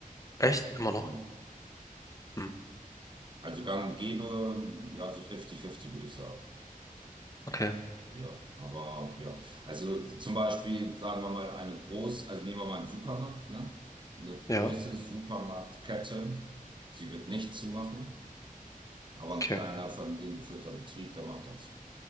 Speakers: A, on the left; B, on the right.
A: Echt? Immer noch?
B: Hm.
A: Hm.
B: Also gang und gäbe, ja, so 50-50 würde ich sagen.
A: Okay.
B: Ja, aber ja, also zum Beispiel sagen wir mal eine groß, also nehmen wir mal einen Supermarkt, ne? Eine große
A: Ja,
B: Supermarktkette, sie wird nicht zumachen, aber ein
A: okay.
B: kleiner familiengeführter Betrieb, der macht das so.